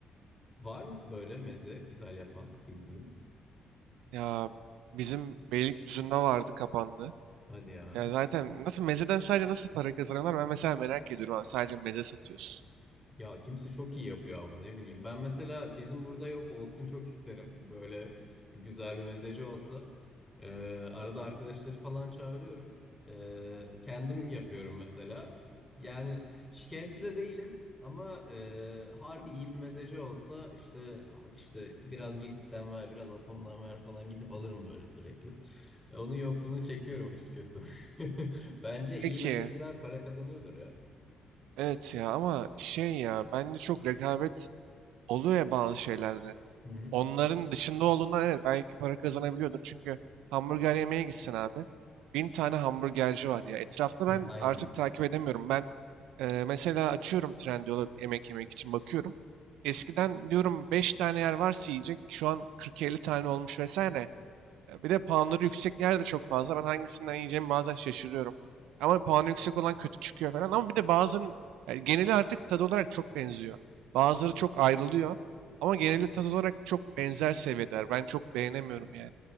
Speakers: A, on the left (about 15°); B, on the right (about 90°).
A: Var mı ki böyle meze güzel yapan bildiğin?
B: Ya bizim Beylikdüzü'nde vardı kapandı.
A: Hadi ya.
B: Ya zaten nasıl mezeden sadece nasıl para kazanıyorlar ben mesela merak ediyorum. abi, Sadece meze satıyorsun.
A: Ya kimse çok iyi yapıyor ama ne bileyim. Ben mesela bizim burada yok olsun çok isterim. Böyle güzel bir mezeci olsa. Ee, arada arkadaşları falan çağırıyorum. Ee, kendim yapıyorum mesela. Yani şikayetçi de değilim ama e, harbi iyi bir mezeci olsa işte abi işte biraz Girit'ten ver, biraz Atom'dan ver falan gidip alırım böyle sürekli. E, Onun yokluğunu çekiyorum açıkçası. <laughs> Bence
B: Peki
A: iyi mezeciler para kazanıyordur ya.
B: evet ya ama şey ya bence çok rekabet oluyor ya bazı şeylerde.
A: Hı hı.
B: Onların dışında olduğundan evet belki para kazanabiliyordur. Çünkü hamburger yemeye gitsen abi. Bin tane hamburgerci var ya. Etrafta
A: Heh,
B: ben
A: aynen.
B: artık takip edemiyorum. Ben e, mesela açıyorum Trendyol'u yemek yemek için bakıyorum. Eskiden diyorum 5 tane yer varsa yiyecek. Şu an 40-50 tane olmuş vesaire. E, Bir de puanları yüksek yer de çok fazla. Ben hangisinden yiyeceğimi bazen şaşırıyorum. Ama puanı yüksek olan kötü çıkıyor falan. Ama bir de bazının yani geneli artık tadı olarak çok benziyor. Bazıları çok ayrılıyor. Ama geneli tadı olarak çok benzer seviyeler. Ben çok beğenemiyorum yani.